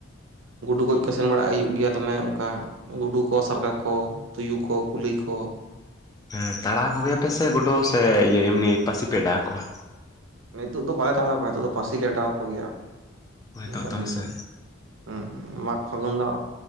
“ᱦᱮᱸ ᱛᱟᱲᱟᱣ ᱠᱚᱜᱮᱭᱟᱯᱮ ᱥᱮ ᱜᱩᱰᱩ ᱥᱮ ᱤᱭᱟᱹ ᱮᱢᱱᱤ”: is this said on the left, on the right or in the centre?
Left